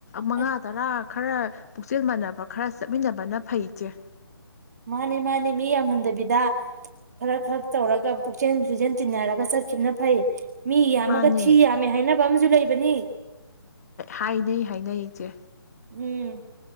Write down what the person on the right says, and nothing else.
ꯑ
ꯃꯥꯅꯤ ꯃꯥꯅꯦ ꯃꯤ ꯌꯥꯝꯍꯟꯗꯕꯤꯗ ꯈꯔ ꯈꯔ ꯇꯧꯔꯒ ꯄꯨꯛꯆꯦꯟ ꯁꯆꯦꯟ ꯇꯤꯟꯅꯔꯒ ꯆꯠꯈꯤꯕꯅ ꯐꯩ꯫ ꯃꯤ ꯌꯥꯝꯃꯒ
ꯊꯤ ꯌꯥꯝꯃꯦ ꯍꯥꯏꯅꯕ ꯑꯃꯁꯝꯨ ꯂꯩꯕꯅꯤ꯫
ꯎꯝ